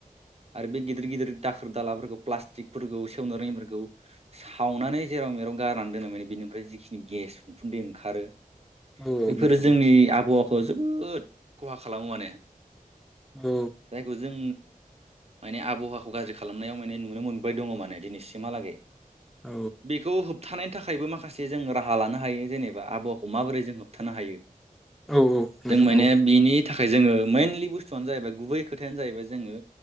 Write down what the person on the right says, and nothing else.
आरो बे गिदिर गिदिर दाख दालाफोरखौ प्लास्टिकफोरखौ सेवनो रोङिफोरखौ सावनानै जेराव मेराव गारनानै दोनो माने बेनिफ्राय जिखिनि गेस उखुन्दै ओंखारो
बेफोरो
जोंनि आब खौ जोबोद खहा खालामो माने
जायखौ जों माने आबहावाखौ गाज्रि खालामनायाव माने नुनो मोनबाय दङ' माने दिनैसिमहालागै
बेखौ होब थानायनि थाखायबो माखासे जों राहा लानो हायो जेनेबा आबहा खौ माबोरै जों होबथानो हायो
जों माने
बिनि थाखाय जोङो मेनलि बुस्थुआनो जाहैबाय गुबै खोथायानो जाहैबाय जोङो